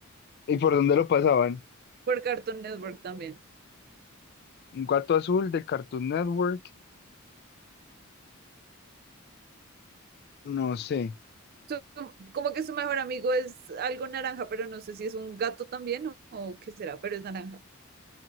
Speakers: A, on the left; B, on the right.
A: y por dónde lo pasaban?
B: por Cartoon Network también.
A: Un gato azul de Cartoon Network. No sé.
B: Su- como que su mejor amigo es algo naranja, pero no sé si es un gato también o, o qué será, pero es naranja.